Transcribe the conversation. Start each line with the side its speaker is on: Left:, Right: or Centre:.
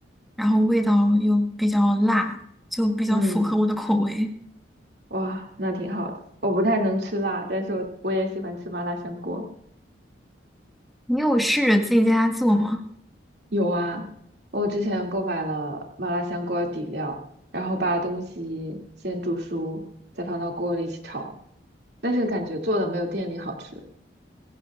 Centre: 然后味道又比较辣，就比较符合我的口味。
Right: 嗯，哇，那挺好的。我不太能吃辣，但是我我也喜欢吃麻辣香锅。
Centre: 你有试着自己在家做吗？
Right: 有啊，我之前购买了麻辣香锅底料，然后把东西先煮熟，再放到锅里一起炒，但是感觉做的没有店里好吃。